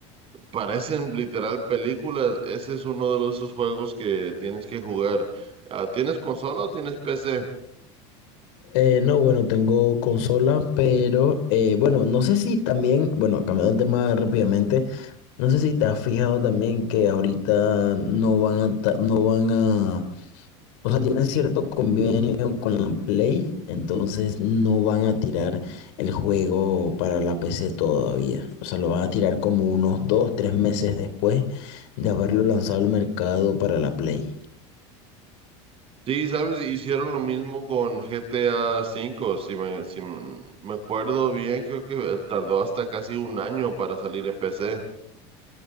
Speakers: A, on the right; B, on the left.
A: Parecen literal películas. Ese es uno de los- esos juegos que tienes que jugar. Ah, ¿tienes consola o tienes PC?
B: Eh, no, bueno, tengo consola, pero eh, bueno, no sé si también, bueno, cambiando el tema rápidamente, no sé si te has fijado también que ahorita no van a, ta- no van a, o sea, tienen cierto convenio con la Play, entonces no van a tirar el juego para la PC todavía, o sea, lo van a tirar como unos dos, tres meses después de haberlo lanzado al mercado para la Play.
A: Sí, sabes, hicieron lo mismo con GTA cinco Si me, si m- me acuerdo bien, creo que tardó hasta casi un año para salir en PC.